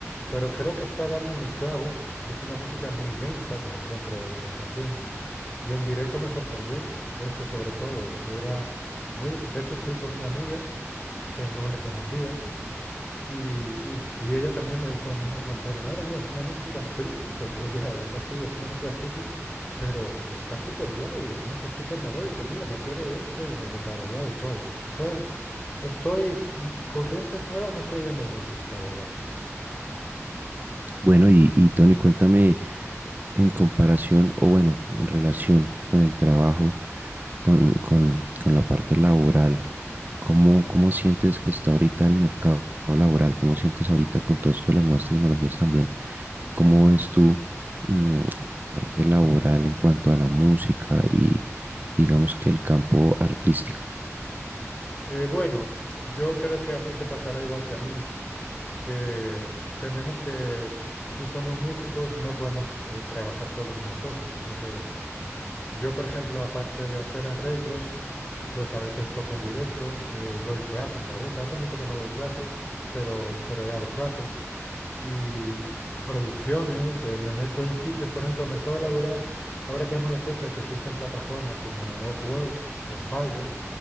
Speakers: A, on the left; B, on the right.
A: Pero creo que está dando en el clavo y es una música muy densa, como siempre él está haciendo. Y en directo me sorprendió eso sobre todo, que era muy... dis- De hecho fui con una amiga que no le conocía y, y- y ella también me dijo el mismo comentario. Madre mía, es una música friki, porque <laughs> ella es así, es una música friki, pero está súper guay, además es súper melódica. Mira, me acuerdo de esto y me lo tarareaba y todo. Entonces... Estoy, mm, corrientes nuevas no estoy yendo mucho, la verdad.
B: Bueno, y, y Tony, cuéntame en comparación o bueno, en relación con el trabajo, con, con, con la parte laboral? ¿Cómo, cómo sientes que está ahorita el mercado laboral? ¿Cómo sientes ahorita con todo esto de las nuevas tecnologías también? ¿Cómo ves tú mm, la parte laboral en cuanto a la música y digamos que el campo artístico?
A: Eh, bueno, yo creo que a ti te pasará igual que a mí, que tenemos que, si somos músicos, no podemos eh, trabajar solo en una cosa, sino que yo, por ejemplo, aparte de hacer arreglos, pues a veces toco en directo, eh, doy clases a veces. Hace mucho que no doy clases, pero, pero he dado clases. y producciones, eh, me meto en sitios, por ejemplo, el mercado laboral. Ahora tenemos la suerte de que existen plataformas como Upwork o Fiverr,